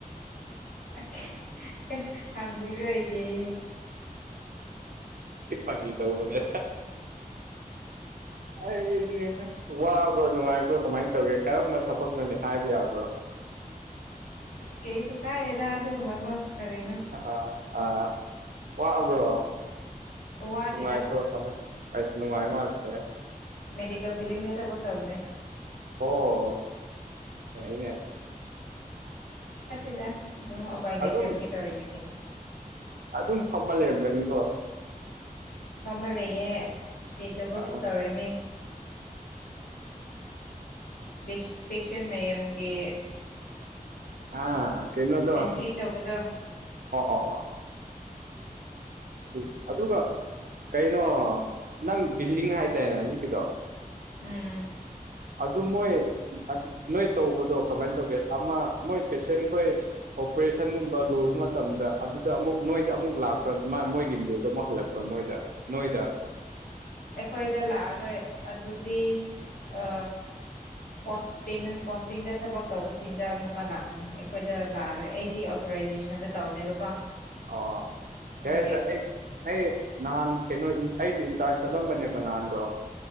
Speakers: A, on the left (about 80°); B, on the right (about 70°).
A: ꯑ ꯊꯤ ꯍꯥꯡꯕꯤꯔꯣꯏꯒꯦꯌꯦ
B: ꯐꯒꯤ ꯇꯧꯕꯅꯦ
A: <inaudible>
B: ꯑꯩꯒꯤꯗꯤ ꯅꯪ ꯋꯥꯕ꯭ꯔꯣ ꯅꯨꯡꯉꯥꯏꯕ꯭ꯔꯣ ꯀꯃꯥꯏ ꯇꯧꯒꯦ ꯀꯔꯝꯕ ꯊꯕꯛꯅꯣꯅꯦ ꯍꯥꯏꯕ ꯌꯥꯕ꯭ꯔꯣ
A: ꯑꯁ ꯀꯩꯁꯨ ꯀꯥꯏꯗꯦꯗ ꯑꯗꯨꯒꯨꯝꯕꯕꯨꯣ ꯀꯔꯤꯅꯣ
B: ꯑꯥ ꯑꯥ ꯋꯥꯕ꯭ꯔꯣ?
A: ꯋꯥꯗꯦꯗ
B: ꯅꯨꯡꯉꯥꯏꯕ꯭ꯔꯣ ꯀꯃꯥꯏ ꯅꯨꯡꯉꯥꯏ <unintelligible>
A: ꯃꯦꯗꯤꯀꯜ ꯕꯤꯂꯤꯡꯗ ꯊꯕꯛ ꯇꯧꯕꯅꯦ꯫
B: ꯑꯣ ꯐꯩꯅꯦ꯫
A: ꯐꯠꯇꯦꯗ ꯑꯗꯨꯝ ꯎꯄꯥꯏ ꯂꯩꯇꯕꯒꯤ
B: ꯑꯗꯨꯝ
A: ꯇꯧꯔꯤꯅꯦ ꯀꯩꯅꯣ
B: ꯑꯗꯨꯝ ꯐꯝꯃ ꯂꯩꯔꯝꯒꯅꯤꯀꯣ
A: ꯐꯝꯃ ꯂꯩꯌꯦ ꯀꯩꯇꯕꯛ
B: ꯑꯥ
A: ꯄꯨꯨ ꯇꯧꯔꯅꯤ ꯄꯦꯁ ꯄꯦꯁꯦꯟ ꯃꯌꯥꯝꯒꯤ
B: ꯑꯥ ꯀꯩꯅꯣꯗꯣ
A: ꯑꯦꯟꯇ꯭ꯔꯤ
B: ꯑꯣ
A: ꯇꯧꯕꯗꯣ
B: ꯑꯣ ꯑꯣ ꯁꯤ ꯑꯗꯨꯒ ꯀꯩꯅꯣ ꯅꯪ ꯕꯤꯜꯂꯤꯡ ꯍꯥꯏꯗꯥꯏꯅꯦ ꯍꯧꯖꯤꯛꯀꯤꯗꯣ꯫
A: ꯎꯝ
B: ꯑꯗꯨ ꯃꯣꯏ ꯑꯁꯤ ꯅꯣꯏ ꯇꯧꯕꯗꯣ ꯀꯃꯥꯏ ꯇꯧꯒꯦ ꯑꯃ ꯃꯣꯏ ꯄꯦꯁꯦꯟꯈꯣꯏ ꯑꯣꯄ꯭ꯔꯦꯁꯟꯒꯨꯝꯕ ꯂꯣꯏꯕ ꯃꯇꯝꯗ ꯑꯗꯨꯗ ꯑꯃꯨꯛ ꯅꯣꯏꯗ ꯑꯃꯨꯛ ꯂꯥꯛꯄ꯭ꯔ ꯃꯣꯏꯒꯤ <unintelligible> ꯑꯃꯨꯛ ꯍꯜꯂꯛꯄ ꯃꯣꯏꯗ ꯅꯣꯏꯗꯥ ꯍꯥꯏꯕ
A: ꯑꯩꯈꯣꯏꯗ ꯂꯥꯛꯑꯔꯣꯏ ꯑꯗꯨꯗꯤ ꯑ ꯄꯣꯁ ꯄꯦꯃꯦꯟ ꯄꯣꯁꯇꯤꯡꯗ ꯊꯕꯛ ꯇꯧꯕꯁꯤꯡꯗ ꯑꯃꯨꯛꯀ ꯂꯥꯛꯀꯅꯤ ꯑꯩꯈꯣꯏꯗ ꯂꯥꯛꯑꯔꯣꯏ ꯑꯩꯗꯤ ꯑꯣꯊꯣꯔꯥꯏꯖꯦꯁꯟꯗ ꯇꯧꯅꯦꯕꯀꯣ꯫
B: <unintelligible>
A: ꯑꯗꯨꯒꯤ
B: ꯑꯩ ꯅꯍꯥꯟ ꯀꯩꯅꯣ ꯑꯩꯁꯦ ꯏꯟꯇꯥꯟ ꯆꯠꯂꯝꯕꯅꯦꯕ ꯅꯍꯥꯟꯗꯣ